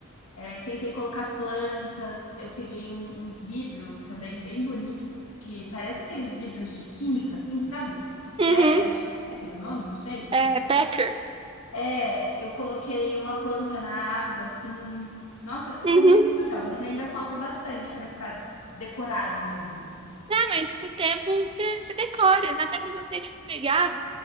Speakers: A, on the left; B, on the right.
A: É, tentei colocar plantas, eu peguei um, um vidro também bem bonito, que parece aqueles vidros de química, assim, sabe?
B: Uhum.
A: Be é, acho que é Becker o nome, não sei.
B: É, Packer.
A: É, eu coloquei uma planta na água, assim. Nossa, ficou
B: Uhum.
A: muito legal, mas ainda falta bastante para ficar decorado mesmo.
B: Ah, mas com o tempo você você decora, dá até pra você, tipo, pegar.